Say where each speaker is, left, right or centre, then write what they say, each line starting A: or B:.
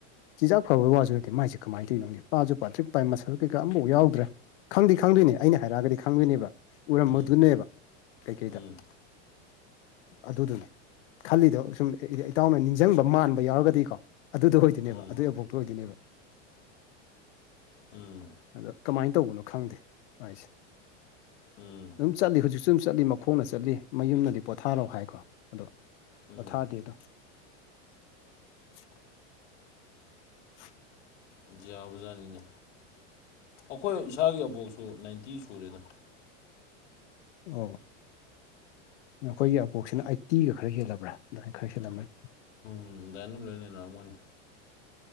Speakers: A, on the left (about 65°); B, on the left (about 80°).
A: ꯆꯤꯟꯖꯥꯛ ꯐꯕꯒꯤ ꯋꯥꯁꯨ ꯅꯠꯇꯦ ꯃꯁꯦ ꯀꯃꯥꯏꯅ ꯇꯧꯔꯤꯅꯣꯅꯦ ꯄꯥꯁꯨ ꯄꯥꯊꯔꯛ ꯄꯥꯏ ꯃꯁꯜ ꯀꯩ ꯀꯩꯥ ꯑꯃꯇꯥ ꯐꯥꯎꯗ꯭ꯔꯥ ꯈꯪꯗꯦ ꯈꯪꯗꯣꯏꯅꯦ ꯑꯩꯅ ꯍꯥꯏꯔꯛꯑꯒꯗꯤ ꯈꯪꯗꯣꯏꯅꯦꯕ ꯎꯔꯝꯝꯕꯗꯨꯅꯦꯕ
B: ꯎꯝ
A: ꯀꯩꯀꯩꯗ
B: ꯎꯝ
A: ꯑꯗꯨꯗꯨꯅꯤ ꯈꯜꯂꯤꯗꯣ ꯁꯨꯝ ꯏꯇꯥꯎꯅ ꯅꯤꯡꯁꯤꯡꯕ ꯃꯥꯟꯕ ꯌꯥꯎꯔꯒꯗꯤꯀꯣ ꯑꯗꯨꯗ ꯑꯣꯏꯗꯣꯏꯅꯦꯕ
B: ꯎꯝ
A: ꯑꯗꯨꯏ ꯑꯕꯣꯛꯇ ꯑꯣꯏꯗꯣꯏꯅꯦꯕ
B: ꯎꯝ
A: ꯑꯗꯣ ꯀꯃꯥꯏꯅ ꯇꯧꯕꯅꯣ ꯈꯪꯗꯦ ꯑꯩꯁꯦ
B: ꯎꯝ
A: ꯆꯠꯂꯤ ꯍꯧꯖꯤꯛꯁꯨ ꯑꯗꯨꯨꯝ ꯆꯠꯂꯤ ꯃꯈꯣꯡꯅ ꯆꯠꯂꯤ ꯃꯌꯨꯝꯅꯗꯤ ꯄꯣꯊꯥꯔꯣ ꯍꯥꯏꯀꯣ ꯑꯗꯣ
B: ꯎꯝ
A: ꯄꯣꯊꯥꯗꯦ ꯑꯗꯣ <unintelligible> <inaudible>
B: ꯏꯟꯗꯤꯌꯥ ꯖꯥꯅꯤꯅꯦ ꯑꯩꯈꯣꯏ ꯏꯁꯥꯒꯤ ꯑꯕꯣꯛꯁꯨ ꯅꯥꯏꯟꯇꯤ ꯁꯨꯔꯦꯗ
A: ꯑꯣ ꯑꯩꯈꯣꯏꯒꯤ ꯑꯕꯣꯛꯁꯤꯅ ꯑꯩꯠꯇꯤꯒ ꯈꯔ ꯍꯦꯜꯂꯕ꯭ꯔꯥ ꯑꯗꯨꯃꯥꯏꯅ ꯈꯔ ꯍꯦꯜꯂꯝꯕ
B: ꯎꯝ ꯑꯗꯨꯗꯥꯏ ꯑꯗꯨꯝ ꯂꯣꯏꯅ ꯂꯧꯔꯝꯃꯣꯏꯅꯤ